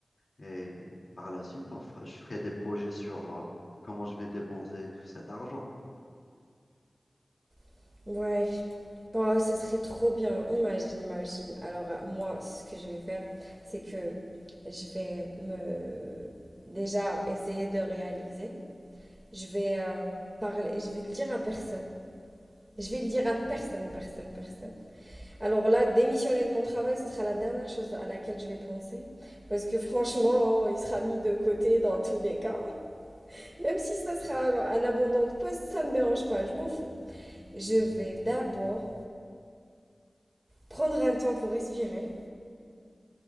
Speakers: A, on the left (about 65°); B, on the right (about 25°).
A: Et par la suite, on fera- je ferai des projets sur euh, comment je vais dépenser tout cet argent.
B: <laughs> Ouais, Waouh, ça serait trop bien. Imagine, imagine. Alors, euh, moi, ce que je vais faire, c'est que je vais me déjà essayer de réaliser. Je vais euh, parler, je vais le dire à personne. Je vais le dire à personne, personne, personne. Alors là, démissionner de mon travail, ce sera la dernière chose à laquelle je vais penser. Parce que franchement, oh, il sera mis de côté dans tous les cas. Même si ça sera genre, un abandon de poste, ça me dérange pas, je m'en fous. Je vais d'abord prendre un temps pour respirer